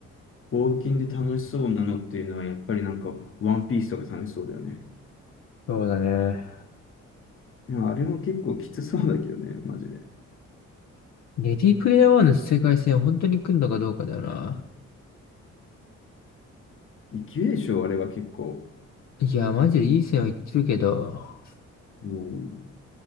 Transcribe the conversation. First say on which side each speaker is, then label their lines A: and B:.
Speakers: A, on the left; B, on the left.
A: 冒険で楽しそうなのっていうのは、やっぱりなんか、ワンピースとか楽しそうだよね。
B: そうだね。
A: でもあれも結構きつそうだけどね、マジで。
B: レディープレイヤー1の世界線を本当に来んのかどうかだよな。
A: いけるでしょ、あれは結構。
B: いや、マジでいい線は言ってるけど、
A: うん、